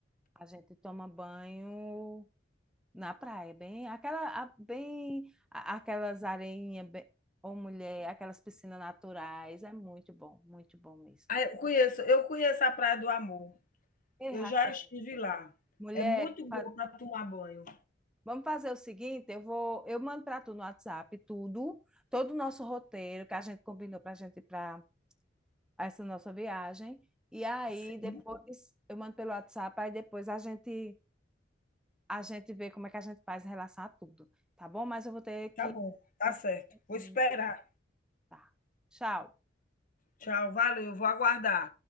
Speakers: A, in the centre; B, on the left.
A: a gente toma banho na praia, bem aquela a- bem a- aquelas areinhas, bem, ou mulher, aquelas piscinas naturais, é muito bom, muito bom mesmo.
B: Ah, eu conheço, eu conheço a Praia do Amor.
A: Ei,
B: Eu
A: Raquel,
B: já estive lá.
A: Mulher,
B: É muito bom
A: fa-
B: para tomar banho.
A: vamos fazer o seguinte, eu vou, eu mando para tu no WhatsApp tudo, todo o nosso roteiro que a gente combinou para a gente ir para essa nossa viagem. E aí
B: Sim,
A: depois eu mando pelo WhatsApp, aí depois a gente a gente vê como é que a gente faz em relação a tudo, tá bom? Mas eu vou ter que
B: tá bom, tá
A: fazer
B: certo. Vou
A: um
B: esperar.
A: pouco, tá. Tchau.
B: Tchau, valeu, vou aguardar.